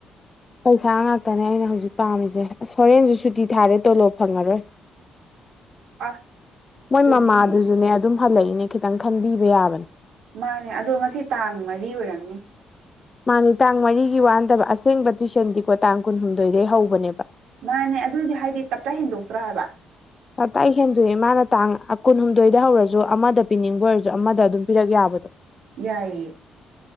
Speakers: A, on the left; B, on the right.
A: ꯄꯩꯁꯥ ꯉꯥꯛꯇꯅꯦ ꯑꯩꯅ ꯍꯧꯖꯤꯛ ꯄꯥꯝꯃꯤꯖꯦ ꯑꯁ ꯍꯣꯔꯦꯟꯖꯨ ꯁꯨꯇꯤ ꯊꯥꯔꯦ ꯇꯣꯂꯣꯞ ꯐꯪꯉꯔꯣꯏ
B: ꯑ
A: ꯃꯣꯏ
B: ꯆꯨꯝꯃꯤꯅꯦ
A: ꯃꯃꯥꯗꯨꯖꯨꯅꯦ ꯑꯗꯨꯝ ꯍꯜꯂꯛꯏꯅꯦ ꯈꯤꯇꯪ ꯈꯟꯕꯤꯕ ꯌꯥꯕꯅꯦ
B: ꯃꯥꯅꯦ ꯑꯗꯣ ꯉꯁꯤ ꯇꯥꯡ ꯃꯔꯤ ꯑꯣꯏꯔꯝꯅꯤ ꯫
A: ꯃꯥꯅꯦ ꯇꯥꯡ ꯃꯔꯤꯒꯤ ꯋꯥ ꯅꯠꯇꯕ ꯑꯁꯦꯡꯕ ꯇꯨꯏꯁꯟꯗꯤꯀꯣ ꯇꯥꯡ ꯀꯨꯟꯍꯨꯝꯗꯣꯏꯗꯩ ꯍꯧꯕꯅꯦꯕ
B: ꯃꯥꯅꯦ ꯑꯗꯨꯗꯤ ꯍꯥꯏꯗꯤ ꯇꯞꯇꯥꯏ ꯍꯦꯟꯗꯣꯛꯇ꯭ꯔꯥꯕ
A: ꯇꯞꯇꯥꯏ ꯍꯦꯟꯗꯣꯛꯑ‌ꯦ ꯃꯥꯅ ꯇꯥꯡ ꯑ ꯀꯨꯟꯍꯨꯝꯗꯣꯏꯗ ꯍꯧꯔꯖꯨ ꯑꯃꯗ ꯄꯤꯅꯤꯡꯕ ꯑꯣꯏꯔꯖꯨ ꯑꯃꯗ ꯑꯗꯨꯝ ꯄꯤꯔꯛ ꯌꯥꯕꯗꯣ
B: ꯌꯥꯏꯌꯦ